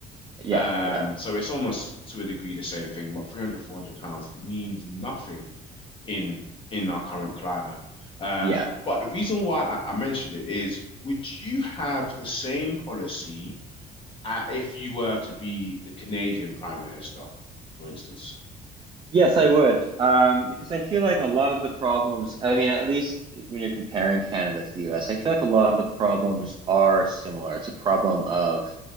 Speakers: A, on the right; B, on the left.
A: Yeah.
B: Um,
A: Yeah.
B: so it's almost to a degree the same thing, but 300 400 pounds means nothing in in our current climate. Um,
A: Yeah.
B: but the reason why I, I mentioned it is, would you have the same policy? uh, if you were to be the Canadian Prime Minister, for instance.
A: Yes, I would. Um, because I feel like a lot of the problems, I mean, at least when you're comparing Canada to the US, I feel like a lot of the problems are similar. It's a problem of